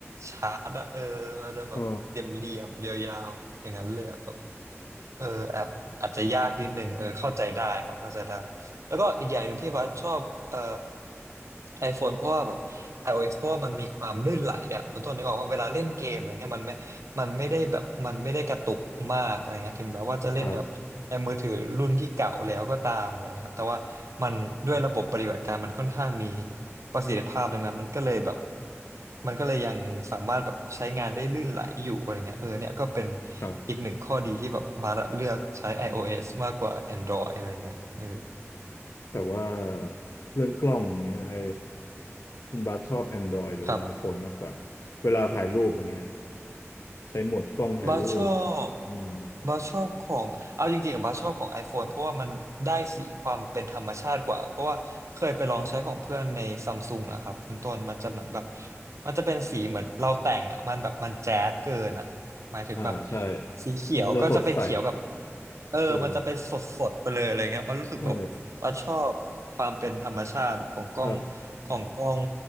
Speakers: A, on the right; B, on the left.
A: ชาร์จอ่ะเออมันจะแบบเหลี่ยมๆยาวๆอย่างนั้นเลยอ่ะ
B: เออ
A: เอออาจอาจจะยากนิดนึงเออเข้าใจได้เขาเข้าใจได้แล้วก็อีกอย่างหนึ่งที่บัสชอบเอ่อ iPhone เพราะว่าแบบ iOS เพราะว่ามันมีความลื่นไหลอ่ะคุณต้นนึกออกว่าเวลาเล่นเกมอะไรเงี้ยมันไม่มันไม่ได้แบบมันไม่ได้กระตุกมากอะไรเงี้ยถึงแม้ว่าจะเล่นแบบ
B: ครับ
A: แอนมือถือรุ่นที่เก่าแล้วก็ตามอะไรเงี้ยครับ แต่ว่ามันด้วยระบบปฏิบัติการมันค่อนข้างมีประสิทธิภาพดังนั้นมันก็เลยแบบมันก็เลยยังสามารถแบบใช้งานได้ลื่นไหลอยู่อะไรเงี้ยเออเนี่ยก็เป็น
B: <coughs> ครับ
A: อีกหนึ่งข้อดีที่แบบมาเลือกใช้ iOS มากกว่า Android อะไรเงี้ยเออ
B: แต่ว่าเรื่องกล้องเนี้ยไอคุณบาสชอบ Android หรือว่า
A: ครับ
B: iPhone มากกว่า เวลาถ่ายรูปอย่างเงี้ยใช้โหมดกล้องถ่ายรูป
A: บัสชอบ
B: อืม
A: บัสชอบของเอาจริงๆอะบัสชอบของ iPhone เพราะว่ามันได้สีความเป็นธรรมชาติกว่าเพราะว่าเคยไปลองใช้ของเพื่อนในซัมซุงอะครับคุณต้นมันจะเหมือนแบบมันจะเป็นสีเหมือนเราแต่งอะมันแบบมันแจ๊ดเกินอะหมายถึงแบบ
B: อ่า ใช่
A: สีเขียวก็จะเป็นเขียวแบบ
B: มันจะสดใส
A: เออมันจะเป็นสดๆไปเลยอะไรเงี้ยมันรู้สึกแบบ
B: เกิน ใช่
A: บ่าชอบความเป็นธรรมชาติของกล้อง
B: ครับ
A: ของกล้อง